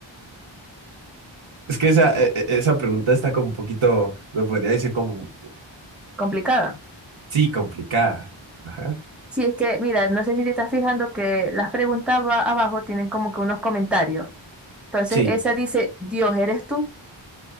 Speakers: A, on the right; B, in the centre.
A: es que esa, e- e- esa pregunta está como un poquito, se podría decir como,
B: Complicada.
A: sí, complicada. Ajá.
B: Sí, es que, mira, no sé si te estás fijando que las preguntas va- abajo tienen como que unos comentarios. Entonces,
A: Sí.
B: esa dice, Dios, ¿eres tú?